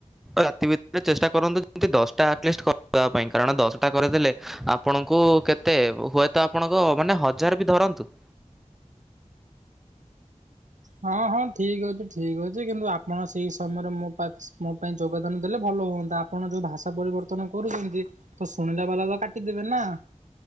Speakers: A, in the centre; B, on the right (about 75°).
A: ରାତି ଭିତରେ ଚେଷ୍ଟା କରନ୍ତୁ ଯେମିତି ଦଶଟାଆଟିଲିଷ୍ଟି କରିବା ପାଇଁ କାରଣ ଦଶଟା କରେଇଦେଲେ ଆପଣଙ୍କୁ କେତେ ହୁଏତ ଆପଣଙ୍କ ମାନେ ହଜାର ବି ଧରନ୍ତୁ
B: ହଁ ହଁ ଠିକ୍ ଅଛି ଠିକ୍ ଅଛି କିନ୍ତୁ ଆପଣ ସେଇ ସମୟରେ ମୋ ପା ମୋ ପାଇଁ ଯୋଗଦାନ ଦେଲେ ଭଲ ହୁଅନ୍ତା। ଆପଣ ଯୋଉ ଭାଷା ପରିବର୍ତ୍ତନ କରୁଛନ୍ତି ତ ଶୁଣିଲା ବାଲା ତ କାଟିଦେବେ ନା।